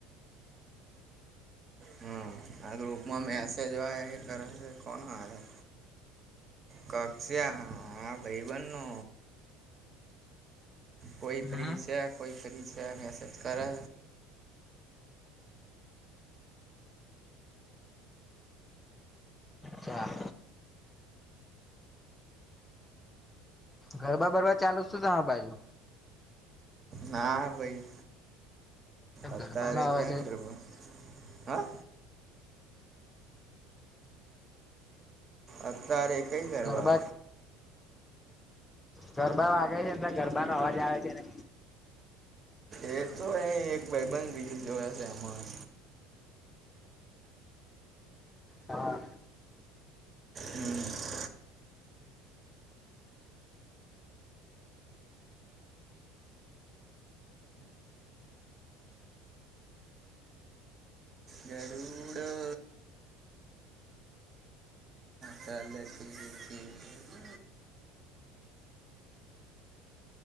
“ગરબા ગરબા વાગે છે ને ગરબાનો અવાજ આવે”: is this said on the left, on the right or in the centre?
Left